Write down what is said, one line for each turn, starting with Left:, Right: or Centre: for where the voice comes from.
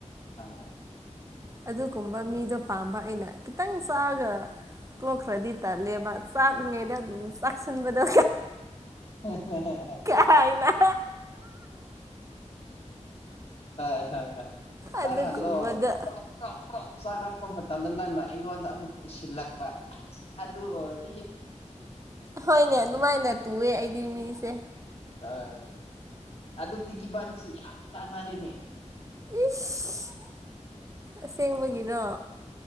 Left: ꯍꫭꯏ
Right: ꯑꯗꯨꯒꯨꯝꯕ ꯃꯤꯗꯣ ꯄꯥꯝꯕ ꯑꯩꯅ ꯈꯤꯇꯪ ꯆꯥꯛꯑꯒ ꯇꯣꯛꯈ꯭ꯔꯗꯤ ꯇꯜꯂꯦꯕ ꯆꯥꯛꯂꯤꯉꯩꯗ ꯑꯗꯨꯝ ꯆꯥꯛꯁꯤꯟꯕꯗꯣ
Left: ꯍꯥ ꯍꯥ ꯍꯥ
Right: ꯀꯥꯏꯅ
Left: ꯑꯍ ꯑꯍ ꯍ ꯍ ꯍ ꯆꯥꯛꯍꯜꯂꫭ
Right: ꯑꯗꯨꯒꯨꯝꯕꯗꯣ
Left: ꯄꯔꫭꯛ ꯄꯔꫭꯛ ꯄꯔꫭꯛ ꯆꯥꯛꯂꯛꯄ ꯃꯇꯝꯗ ꯅꯪꯅ ꯑꯩꯉꯣꯟꯗ ꯑꯃꯨꯛ ꯇꯨꯁꯤꯜꯂꯛꯄ ꯑꯁꯤ ꯑꯗꯨ ꯑꫭꯏ
Right: ꯍꯣꯏꯅꯦ ꯑꯗꯨꯃꯥꯏꯅ ꯇꯨꯋꯦ ꯑꯩꯗꯤ ꯃꯤꯁꯦ
Left: ꯍꫭꯏ ꯑꯗꯨꯗꯤ ꯏꯕꯥꯅꯤꯁꯦ ꯌꯥꯝ ꯆꯥꯟꯅꯔꯦꯅꯦ
Right: ꯏꯁ ꯑꯁꯦꯡꯕꯒꯤꯔꯣ